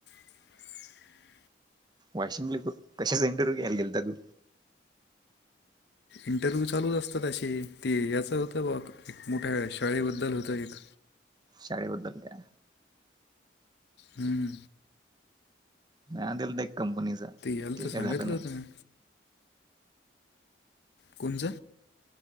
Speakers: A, on the left; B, on the right.
A: <inaudible>
B: वाशिमले तू कशाचा इंटरव्ह्यू घ्यायला गेलता तू
A: इंटरव्ह्यू चालूच असतात अशी ती याच होतं एक मोठ्या शाळेबद्दल होतं एक
B: शाळेबद्दल त्या
A: हम्म
B: हा दिलथ एक कंपनीचा
A: याला
B: ते
A: तर सांगितलं
B: काय झालं नाही
A: होतं ना कोणच